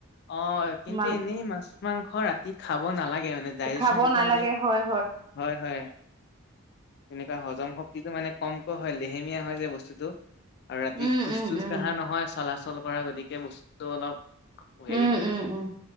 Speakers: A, on the left; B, on the right.
A: অ', কিন্তু
B: মান
A: এনেই মাছ-মাংস ৰাতি খাব নালাগে। মানে ডাইজেনটো
B: খাব নালাগে
A: মানে
B: হয়
A: হয়, হয়। এনেকুৱা হজম শক্তিটো মানে কমকৈ হয় লেহেমীয়া হয় যে বস্তুটো আৰু ৰাতি
B: উম,
A: খোজ-চোজ
B: উম, উম,
A: কঢ়া নহয় চলাচল কৰা গতিকে বস্তু অলপ। হেৰি
B: উম,
A: হয়
B: উম, উম,